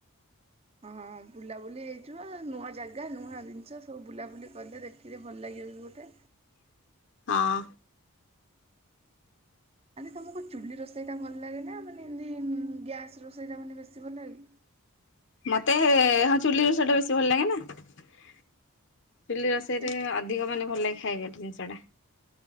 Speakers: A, on the right; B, on the left.
A: ହଁ ବୁଲାବୁଲି ହେଇଯିବ ନୂଆ ଜାଗା ନୂଆ ଜିନିଷ ସବୁ ବୁଲାବୁଲି କଲେ ଦେ ଇରେ ଭଲ ଲାଗିବ ବି ଗୋଟେ।
B: ହଁ।
A: ଆରେ ତମକୁ ଚୁଲି ରୋଷେଇ ଟା ଭଲ ଲାଗେ ନା ମାନେ ଏମିତି ଉଁ ଗ୍ୟାସ ରୋଷେଇଟା ମାନେ ବେଶୀ ଭଲ ଲାଗେ?
B: ମତେ ହଁ ଚୁଲି ରୋଷେଇ ଟା ବେଶୀ ଭଲ ଲାଗେ ନା ଚୁଲି ରୋଷେଇରେ
A: କେ
B: ଅ ଅଧିକ ମାନେ ଭଲ ଲାଗେ ଖାଇବା ଟା ଜିନିଷ ଟା।